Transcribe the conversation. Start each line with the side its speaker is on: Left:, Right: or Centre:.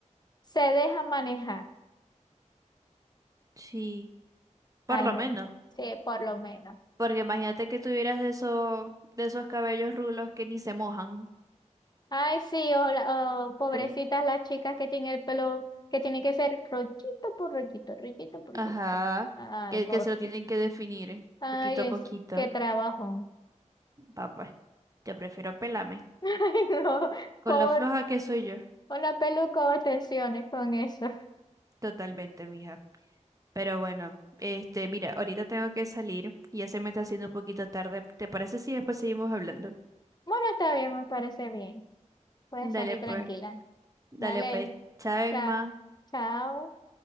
Left: se deja manejar,
Right: Sí, por
Left: al
Right: lo
Left: menos.
Right: menos,
Left: Sí, por lo menos.
Right: porque imagínate que tuvieras de esos, de esos cabellos rulos que ni se mojan.
Left: Ay, sí, o la- o pobrecitas
Right: El-
Left: las chicas que tienen el pelo, que tiene que ser rollito por rollito, rollito por
Right: Ajá,
Left: rollito. Ay,
Right: que,
Left: por.
Right: que se lo tienen que definir
Left: Ay,
Right: poquito
Left: es,
Right: a poquito.
Left: qué trabajo.
Right: Papá, yo prefiero pelarme.
Left: <laughs> Ay, no.
Right: Con
Left: ¿Cómo?
Right: lo floja que soy yo,
Left: Una peluca o tensiones con eso.
Right: totalmente, mija. Pero bueno, este, mira, ahorita tengo que salir y ya se me está haciendo un poquito tarde. ¿Te parece si después seguimos hablando?
Left: Bueno, está bien, me parece bien. Puedes
Right: Dale
Left: salir
Right: pues,
Left: tranquila.
Right: dale
Left: Dale.
Right: pues, chao,
Left: Chao.
Right: más
Left: Chao.